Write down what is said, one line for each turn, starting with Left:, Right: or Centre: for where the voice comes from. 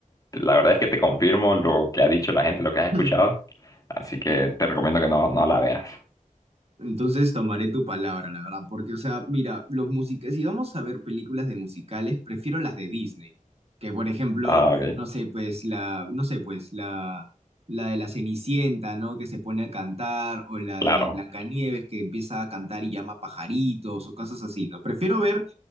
Left: te- la verdad es que te confirmo lo que ha dicho la gente, lo que has
Right: <laughs>
Left: escuchado. Así que te recomiendo que no, no la veas.
Right: Entonces tomaré tu palabra, la verdad, porque, o sea, mira, los músicos, si vamos a ver películas de musicales, prefiero las de Disney, que por ejemplo,
Left: Ah, ok.
Right: no sé, pues la, no sé, pues la, la de la Cenicienta, ¿no? Que se pone a cantar, o la
Left: Claro,
Right: de Blancanieves que empieza a cantar y llama pajaritos, o cosas así, ¿no? Prefiero ver